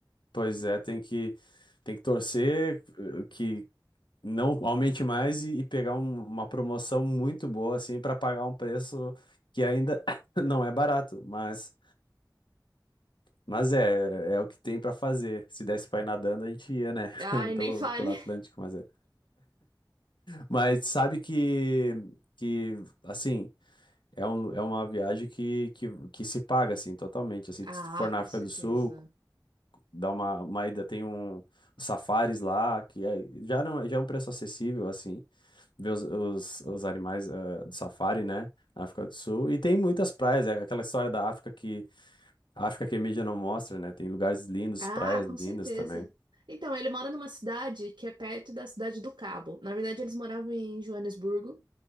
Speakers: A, on the left; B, on the right.
A: pois é, tem que, tem que torcer eh, que não aumente mais e, e pegar um- uma promoção muito boa assim para pagar um preço que ainda <coughs> <clears throat> não é barato, mas mas é, é o que tem para fazer. Se desse para ir nadando, a gente ia,
B: <laughs>
A: né, <laughs>
B: Ai, nem
A: pelo
B: fale.
A: pelo Atlântico, mas é. Mas sabe que que assim, é, um, é uma viagem que, que, que se paga assim totalmente, assim,
B: Ah,
A: se tu for na
B: com
A: África
B: certeza.
A: do Sul, Dá uma, uma ida, tem um os safaris lá, que é- já não, já é um preço acessível, assim, ver os, os, os animais eh, do safari, né? Na África do Sul. E tem muitas praias, é aquela história da África que a África que a mídia não mostra, né? Tem lugares lindos,
B: Ah,
A: praias
B: com
A: lindas
B: certeza.
A: também.
B: Então, ele mora numa cidade que é perto da cidade do Cabo. Na verdade, eles moravam em Joanesburgo,